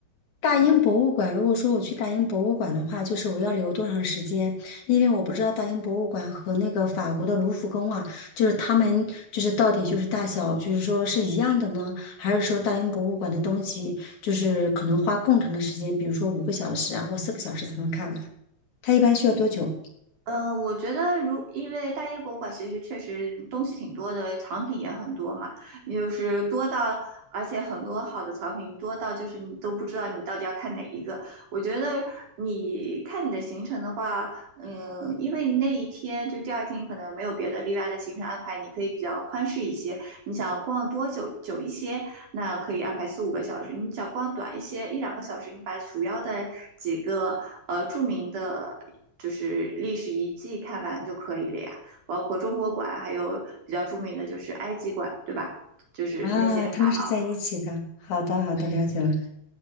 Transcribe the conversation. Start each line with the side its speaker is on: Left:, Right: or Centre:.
Left: 大英博物馆，如果说我去大英博物馆的话，就是我要留多长时间？因为我不知道大英博物馆和那个法国的卢浮宫啊，就是他们就是到底就是大小，就是说是一样的呢，还是说大英博物馆的东西就是可能花更长的时间，比如说五个小时啊或四个小时才能看完？它一般需要多久？
Right: 嗯，我觉得如因为大英博物馆其实确实东西挺多的，藏品也很多嘛，就是多到，而且很多好的藏品多到就是你都不知道你到底要看哪一个。我觉得你看你的行程的话，嗯，因为那一天就第二天你可能没有别的例外的行程安排，你可以比较宽适一些。你想逛多久久一些，那可以安排四五个小时；你想逛短一些，一两个小时，你把主要的几个呃著名的。就是历史遗迹看完就可以了呀。包括中国馆，还有比较著名的就是埃及馆，对吧？就是那些法老。
Left: 啊，他们是在一起的。好的，好的，了解了。<laughs>